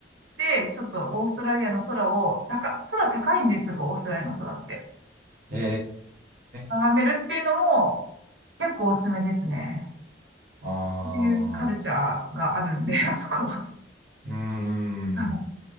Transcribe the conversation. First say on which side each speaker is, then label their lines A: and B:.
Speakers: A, on the right; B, on the right.
A: て、ちょっとオーストラリアの空を、高、空高いんですが、オーストラリアの空って。
B: へ
A: 眺めるっていうのも
B: え、
A: 結構おすすめですね。
B: ああ、
A: そういうカルチャーがあるんで、<laughs> あそこは。
B: うーん、
A: はい